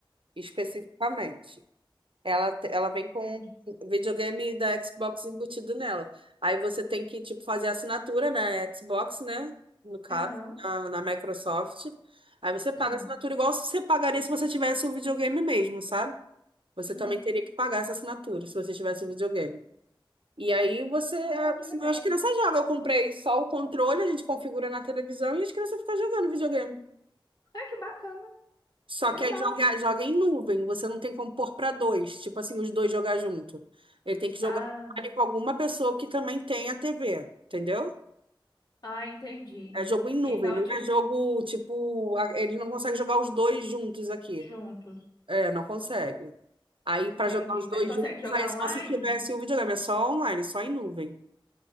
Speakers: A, on the right; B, on the left.
A: especificamente. Ela, te- ela vem com
B: Tem.
A: videogame da Xbox embutido nela. Aí você tem que, tipo, fazer assinatura na Xbox, né? No caso,
B: Aham,
A: na, na Microsoft. Aí você paga
B: sim.
A: a assinatura igual você pagaria se você tivesse o videogame mesmo, sabe? Você
B: Uhum.
A: também teria que pagar essa assinatura se você tivesse um videogame. E aí você,
B: Ah, que legal.
A: as crianças jogam. Eu comprei só o controle, a gente configura na televisão e as crianças ficam jogando videogame.
B: Ah, que bacana.
A: Só
B: Legal,
A: que aí joga,
B: hein?
A: joga em nuvem, você não tem como pôr para dois, tipo assim, os dois jogar junto. Ele tem que jogar
B: Ah,
A: com alguma pessoa que também tenha TV, entendeu?
B: ah, entendi.
A: É jogo em nuvem,
B: Então,
A: não
B: tipo,
A: é jogo tipo, a- eles não conseguem jogar os dois juntos aqui.
B: juntos.
A: É, não consegue. Aí, para
B: Entendi.
A: jogar os dois
B: Mas consegue
A: juntos,
B: jogar
A: aí é só
B: online?
A: se tivesse o videogame, é só online, só em nuvem.